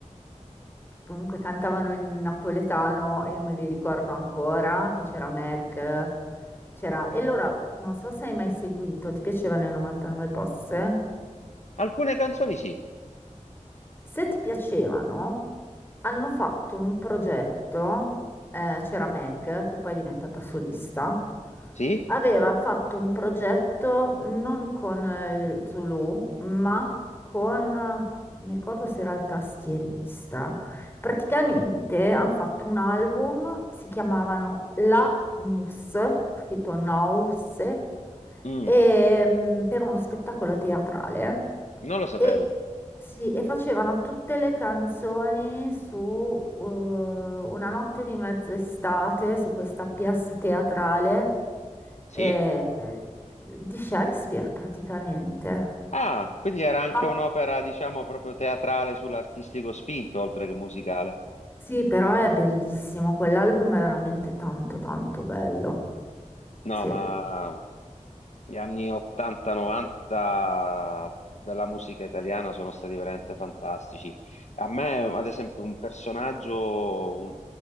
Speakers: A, on the left; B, on the left.
A: che comunque cantavano in napoletano, e io me li ricordo ancora, che c'era Meg, c'era... E allora, non so se hai mai seguito, ti piacevano i 99 Posse?
B: Alcune canzoni sì,
A: Se ti piacevano, hanno fatto un progetto, eh, c'era Meg, che poi è diventata solista,
B: sì,
A: aveva fatto un progetto non con eh, Zulu, ma con, eh, mi ricordo se era il tastierista, praticamente hanno fatto un album, si chiamavano La Nus, scritto Nous,
B: Mm,
A: e, mm, per uno spettacolo teatrale.
B: non lo sapevo.
A: E, sì, e facevano tutte le canzoni su eh, Una notte di mezz'estate, su questa pièce teatrale
B: Sì?
A: eh, di Shakespeare praticamente.
B: Ah, quindi era anche
A: Ma-
B: un'opera, diciamo, proprio teatrale sull'artistico spinto, oltre che musicale.
A: Sì, però è bellissimo, quell'album è veramente tanto tanto bello.
B: No,
A: Sì.
B: ma gli anni 80-90 della musica italiana sono stati veramente fantastici. A me, ad esempio, un personaggio, un,